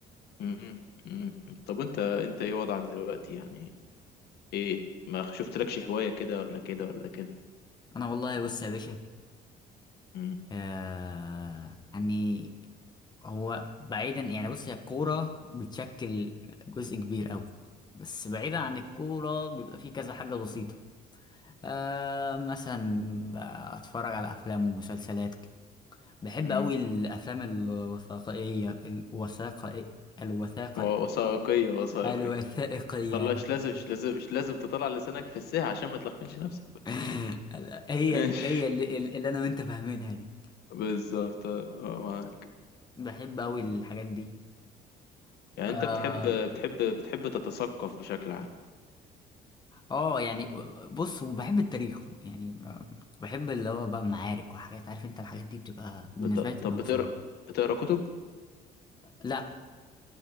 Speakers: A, on the left; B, on the left.
A: م- م- م- م. طب انت انت ايه وضعك دلوقتي يعني ايه ما شفتلكش هواية كده ولا كده ولا كده
B: انا والله بص يا باشا
A: امم
B: آه يعني هو بعيدا يعني بص هي الكورة بتشكل جزء كبير أوي بس بعيدا عن الكورة بيبقى فيه كذا حاجة بسيطة آه مثلا أتفرج على أفلام ومسلسلات بحب
A: امم
B: أوي الأفلام الوثائقية الوثائقية الوثائق
A: و- وثائقية وثائقية
B: الوثائقية
A: طلع
B: يعني
A: مش لازم مش لازم مش لازم تطلع لسانك في الساحة عشان ما تلخفنش نفسك
B: <laughs> هي
A: ماشي
B: ال- هي اللي, اللي أنا وأنت فاهمينها دي
A: <laughs> بالظبط اه آه، معاك
B: بحب أوي الحاجات دي
A: يعني
B: آه
A: انت بتحب بتحب بتحب تتثقف بشكل عام
B: اه يعني بص وبحب التاريخ يعني ب- بحب اللي هو بقى معارك وحاجات عارف انت الحاجات دي بتبقى بالنسبه
A: بت...
B: لي بتبقى
A: طب بتقرا
B: مسليه
A: بتقرا كتب
B: لا